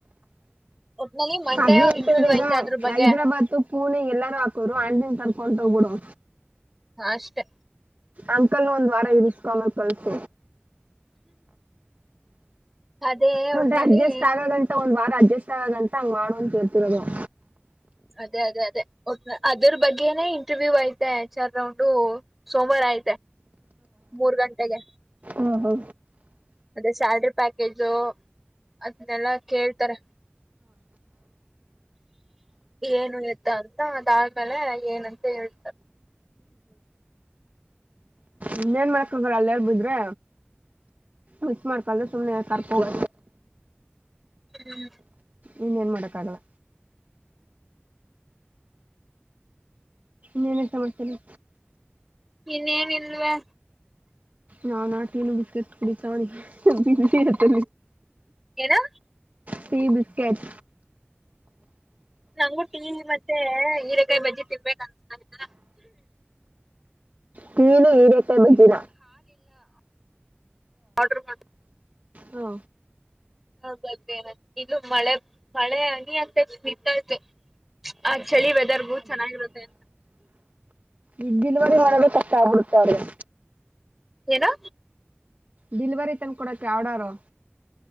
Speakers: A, in the centre; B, on the right (about 45°).
A: ಒಟ್ನಲ್ಲಿ ಮಂಡೇ
B: ಅಜೆ ಇರ್ತದ
A: ಇಂಟರ್ವ್ಯೂ
B: ಈಗ
A: ಐತೆ ಅದ್ರ ಬಗ್ಗೆ
B: ಹೈದ್ರಾಬಾದ ಪುಣೆ ಎಲ್ಲಾರೂ ಹಾಕೋ್ರು ಅಂಡನ್ ಕರ್ಕೊಂಡ ಹೋಗ್ಬಿಡು
A: ಹ ಅಷ್ಟೆ
B: ಅಂಕಲ್ ಒಂದ್ ವಾರ ಇಸ್ಕೊಾಮ ಕಳ್ಸ
A: ಅದೇ
B: ತೊಂಡ್ರೆ
A: ಒಟ್ನಲ್ಲಿ
B: ಅಡ್ಜಸ್ಟ್ ಆಗಗಂತ ಒಂದ್ ವಾರ ಅಡ್ಜಸ್ಟ್ ಆಗಗಂತ ಹಂಗ್ ಮಾಡು ಅಂತ ಕೇಳ್ತಿರ ನವು
A: ಅದೇ ಅದೇ ಅದೇ ಅದ್ರ ಬಗ್ಗೆನಟ ಇಟವ್ಯೂ ಐತೆ ಚಾರ್ ರೌಂಡು ಸೋಮವಾರ ಐತೆ ಮೂರ್ ಗಂಟೆಗೆ
B: ಹಾ ಹೌ
A: ಅದೇ ಸ್ಯಾಲ್ರಿ ಪ್ಯಾಕೇಜು ಅದನ್ನಲ್ಲಾ ಕೇಳ್ತಾರೆ ಏನು ಇ್ದ ಅಂತ ಅದಾದ್ಮೇಲೆ ಏನಂತ ಹೇಳ್ತಾರೆ
B: ಇನ್ನ ಏನ್ ಮಾಡಕೋಗರ ಅಲ್ಲಾರ ಬುದ್ರೆ ಮಿಸ ಮಾಡ್ಕಲ್್ದ ಸುಮ್ನೆ ಕರ್ಕೋೋಗ
A: ಹ್ಮ್
B: ಇನ್ೇನ್ ಮಾಡಕ್ಕ ಆಗಲ್ಲ ನೇನೇ ಚಬರ್ತಲ್ಲ
A: ಇನ್ನೇನ ಇಲ್ವಾ
B: ನಾಾನಾಟೀನು ಬಿಿಸ್ಕಿಟ್ ಕುಡ ಚತ್ತ
A: ಏನಾ
B: ಟೀ ಬಿಿಸ್ಕೆಟ್
A: ನಂಗುಟೀ ಮತ್ತೆ ಹೀರೆಕಾಯಿ ಬಜ್ಜಿ ತಿನ್ಬೇಕ ಅನ್ಸ್ತರ
B: ಕೀಲಿ ಹರಕ ಬಜರ
A: ಆಡರ್ ಮಾಡಡ
B: ಹಾ
A: ಹೌ ಇಲ್ಲ ಮಳೆ ಮಳೆನಿ ಅಂತ ನಿಂತಾಯು ಅ ಚಳಿ ವೆದರ್ಗೂ ಚೆನ್ನಾಗಿರುತ್ತೆ ಅಂತ
B: ಈ ದಿನವನೆ ಮಾಡಬೇಕ ಕಷ್ಟ ಆಗ್ಬಿಡುತ್ತೆ ಅವ್ರಿಗೆ
A: ಏನಾ
B: ಡೆಲಿವರಿ ತಂದು ಕೊೊಡೋಕ್ಕೆ ಆರ್ಡರು